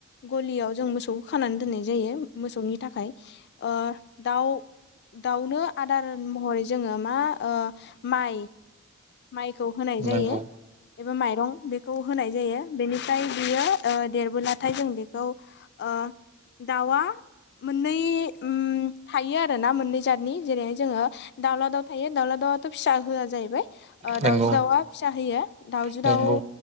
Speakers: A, on the left (about 50°); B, on the right (about 30°).
A: गलियाव जों मोसौखौ खानानै दोननाय जायो मोसौनि थाखाय ओ दाउ दाउनो आदार महरै जोङो मा ओ माइ माइ खौ होनाय जायो।
B: नंगौ
A: एबा माइरं बेखौ होनाय जायो बेनिफ्राय बियो देरबोलाथाय जों बेखौ ओ दाउआ मोननै उम थायो आरो ना मोननै जातनि जेरैहाय जोङो दावला दाउ थायो दावला दाउ दाउआथ' फिसा होआ जाहैबाय ओ
B: नंगौ
A: दाउजो दाउआ फिसा होयो दाउजो
B: नंगौ
A: दाउ